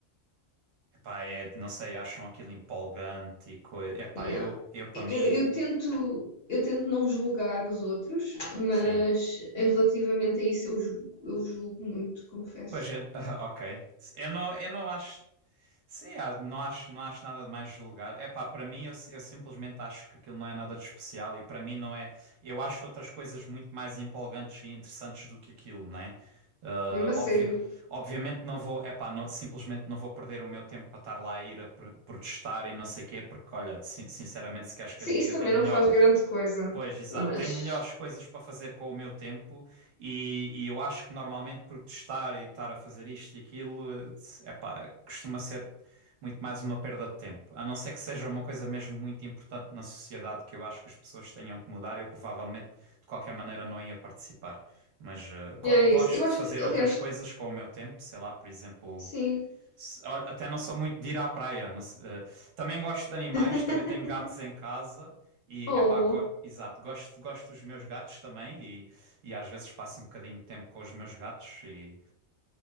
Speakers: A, on the right; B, on the left.
A: epá, é, de- não sei, acham aquilo empolgante e coisa. Epá,
B: yeah.
A: eu, eu para
B: Eu,
A: mim,
B: eu tento, eu tento não julgar os outros, mas
A: sim.
B: em relativamente a isso eu julgo, eu julgo muito, confesso.
A: Pois é, <laughs> ok. Eu não, eu não acho. Sim, ah, não acho, não acho nada de mais julgar. É pá, para mim, eu, eu simplesmente acho que aquilo não é nada de especial e para mim não é. Eu acho outras coisas muito mais empolgantes e interessantes do que aquilo, né? Ah,
B: Mesmo a sério.
A: obvi- obviamente não vou, é pá, não- simplesmente não vou perder o meu tempo para estar lá a ir a pr- protestar e não sei o quê, porque olha, sin- sinceramente, se queres que
B: Sim,
A: eu te diga,
B: isso também
A: tenho
B: não
A: melhor,
B: faz grande coisa,
A: Pois, exato.
B: mas
A: Tenho melhores coisas para fazer com o meu tempo e, e eu acho que normalmente protestar e estar a fazer isto e aquilo, é pá, costuma ser muito mais uma perda de tempo. A não ser que seja uma coisa mesmo muito importante na sociedade que eu acho que as pessoas tenham que mudar, eu provavelmente de qualquer maneira não ia participar. Mas eh, go-
B: yeah, é
A: gosto
B: isso. Eu acho
A: de fazer
B: que, aliás,
A: outras coisas com o meu tempo, sei lá, por exemplo,
B: sim.
A: se- olha, Até não sou muito de ir à praia. não se- eh, também gosto de animais,
B: <laughs>
A: também tenho gatos em casa e
B: Oh,
A: é pá, exato, gosto, gosto dos meus gatos também e, e às vezes passo um bocadinho de tempo com os meus gatos e